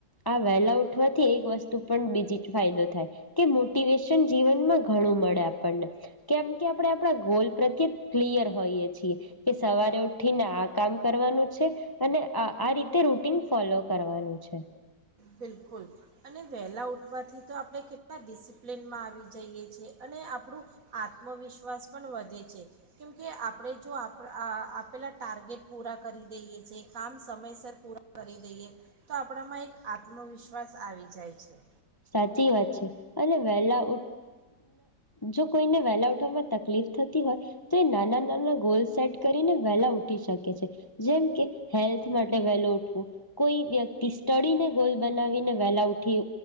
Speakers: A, on the left; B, on the right.
A: આ વેલા ઉઠવાથી એક વસ્તુ પણ બીજી ફાયદો થાય કે મોટિવેશન જીવનમાં ઘણું મળે આપણને. કેમ કે આપણે આપણા ગોલ પ્રત્યે ક્લિયર હોઈએ છીએ કે સવારે ઉઠીને આ કામ કરવાનું છે અને આ રીતે રૂટીન ફોલો કરવાનું છે.
B: બિલકુલ અને વહેલા ઉઠવાથી તો આપણે કેટલા ડિસિપ્લિનમાં આવી જઈએ છી અને આપણું આત્મવિશ્વાસ પણ વધે છે કેમકે આપણે જો આપ આપેલા ટાર્ગેટ પૂરા કરી દઈએ છ છે કામ સમયસર પૂરા કરી દઈએ. તો આપણામાં એક આત્મવિશ્વાસ આવી જાય છે.
A: સાચી વાત છે અને વહેલા જો કોઈને વહેલા ઉઠવામાં તકલીફ થતી હોય તો એ નાના નાના ગોલ સેટ કરીને વેલા ઉઠી શકે છે જેમકે હેલ્થ માટે વહેલો ઉઠવું કોઈ વ્યક્તિ સ્ટડીને ગોલ બનાવીને વહેલા ઉઠી